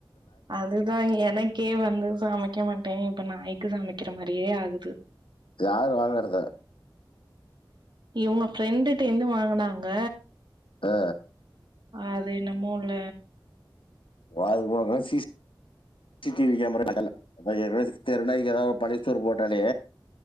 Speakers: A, on the right; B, on the left.
A: அதுதா எனக்கே வந்து சமைக்க மாட்ட இப்ப நாய்க்கு சமைக் க்ற மாரியே ஆகுது
B: யார் வாங்கறது
A: இவுங்க ஃப்ரெண்டுட்ட இருந்து வாங்குனாங்க
B: ஆ
A: அது என்னமோல
B: <unintelligible> சீஷ் C C T V camera அதுல <unintelligible> தெரு நாய்க் எதாது பழைய சோறு போட்டாலே